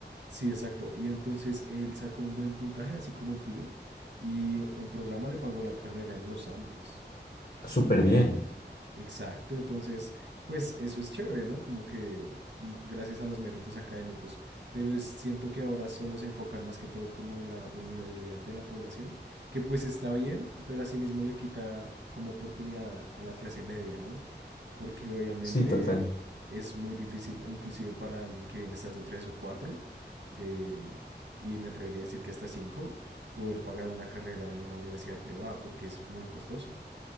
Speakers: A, on the right (about 80°); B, on the left (about 55°).
A: sí, exacto. Y entonces él sacó un buen puntaje, así como el tuyo, y un programa le pagó la carrera en los Andes.
B: Súper bien.
A: Exacto, entonces, pues eso es chévere, ¿no? Como que mm, gracias a los méritos académicos, pero es- siento que ahora solo se enfocan más que todo como en la vulnerabilidad de la población, que pues está bien, pero asimismo le quita como oportunidad a, a la clase media, ¿no? Porque obviamente
B: Sí, total.
A: es muy difícil, inclusive para alguien que viene estatus 3 o 4 eh, y me atrevería a decir que hasta 5, poder pagar una carrera en una universidad privada porque es muy costoso.